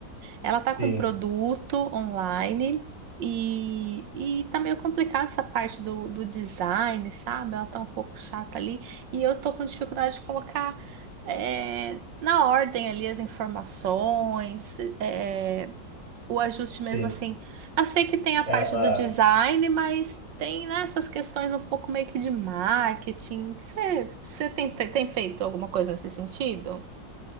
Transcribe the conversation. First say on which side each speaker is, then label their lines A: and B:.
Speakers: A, on the right (about 80°); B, on the right (about 45°).
A: Ela tá com
B: sim,
A: um produto online e, e tá meio complicada essa parte do, do design, sabe? Ela tá um pouco chata ali e eu tô com dificuldade de colocar é, na ordem ali as informações, é, o ajuste mesmo
B: sim.
A: assim. Eu sei que tem a parte
B: Ela.
A: do design, mas tem, né, essas questões um pouco meio que de marketing. Você, você tem, tem feito alguma coisa nesse sentido?